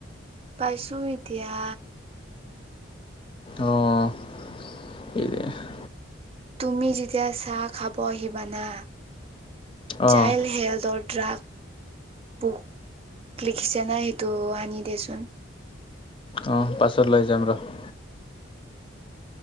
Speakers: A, on the right; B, on the left.
A: পাইছোঁ এতিয়া।
B: অহ, <unintelligible>
A: তুমি যেতিয়া চাহ খাব আহিবা না
B: অঁ
A: চাইলড হেল্ডৰ ড্ৰাক বুক লিখিছে না এইটো আনিদে চোন।
B: অহ, পাছত লৈ যাম ৰহ।